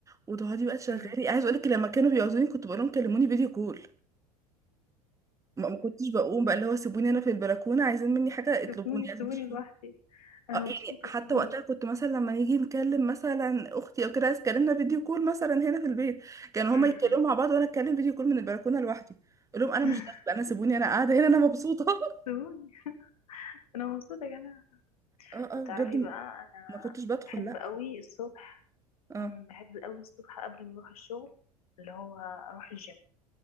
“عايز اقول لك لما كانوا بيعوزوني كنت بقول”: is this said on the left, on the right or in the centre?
Right